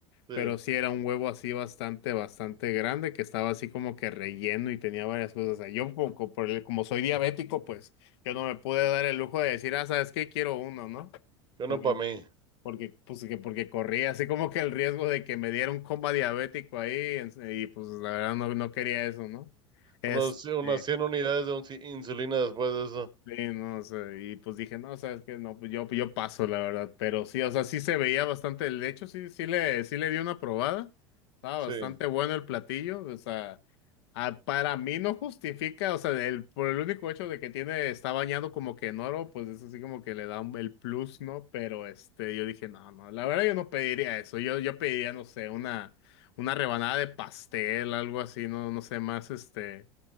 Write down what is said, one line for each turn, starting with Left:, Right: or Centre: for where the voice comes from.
Right: Sí,
Left: pero sí era un huevo así bastante, bastante grande, que estaba así como que relleno y tenía varias cosas. O sea, yo como, como por el- como soy diabético, pues yo no me pude dar el lujo de decir, ah, ¿sabes qué? Quiero uno, ¿no?
Right: que
Left: Porque,
Right: uno para mí.
Left: porque, pues, que porque corría así como que el riesgo de que me diera un coma diabético ahí, en- y pues la verdad no, no quería eso, ¿no? Este,
Right: Unos, unas 100 unidades de onci- insulina después de eso.
Left: Sí, no, sé, y pues dije, no, sabes que no, pues yo, yo paso, la verdad, pero sí, o sea, sí se veía bastante, de hecho, sí, sí le, sí le di una probada, estaba
Right: Sí.
Left: bastante bueno el platillo, o sea, ah, para mí no justifica, o sea, el, por el único hecho de que tiene, está bañado como que en oro, pues eso sí como que le da un- el plus, ¿no? Pero este, yo dije, no, no, la verdad yo no pediría eso, yo, yo pediría, no sé, una, una rebanada de pastel, algo así, no, no sé, más este.